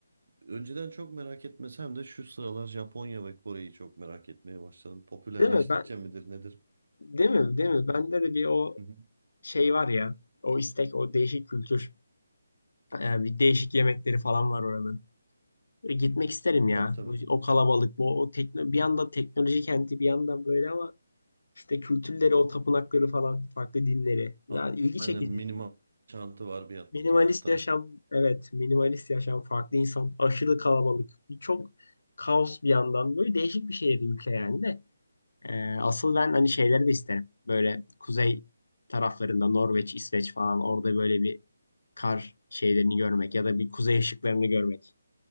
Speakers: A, on the right; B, on the left.
A: önceden çok merak etmesem de şu sıralar Japonya ve Kore'yi çok merak etmeye başladım. Popülerleştikçe
B: Değil mi? Ben,
A: midir nedir?
B: değil mi? Değil mi? Bende de bir o
A: Hı hı.
B: şey var ya. O istek, o değişik kültür. Ee, bir değişik yemekleri falan var oranın. E, Gitmek isterim ya.
A: Tabii tabii.
B: O o kalabalık, bu o tekno bir yanda teknoloji kenti, bir yandan böyle ama işte kültürleri, o tapınakları falan, farklı dinleri. Yani
A: A-
B: ilgi
A: Aynen
B: çekici.
A: minimal çantı var bir,
B: Minimalist
A: bir tarafta.
B: yaşam, evet, minimalist yaşam, farklı insan, aşırı kalabalık, birçok kaos bir yandan. Böyle değişik bir şehir, ülke yani de. E, asıl ben hani şeyleri de isterim. Böyle kuzey taraflarında Norveç, İsveç falan orada böyle bir kar şeylerini görmek
A: Hı
B: ya da
A: hı.
B: bir kuzey ışıklarını görmek